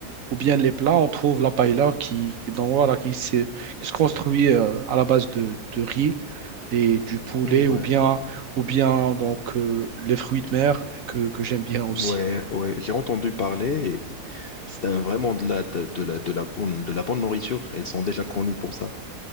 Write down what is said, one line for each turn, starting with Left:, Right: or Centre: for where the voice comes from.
Right: ou bien les plats, on trouve la paella qui, qui, donc, voilà, qui, se qui se construit euh, à la base de, de riz et du poulet
Left: Ouais,
Right: ou bien, ou bien donc, euh, les fruits de mer que, que j'aime bien aussi.
Left: ouais, ouais. J'ai entendu parler et c'est un- vraiment de la, de, de la, de la bonne, de la bonne nourriture. Elles sont déjà connues pour ça.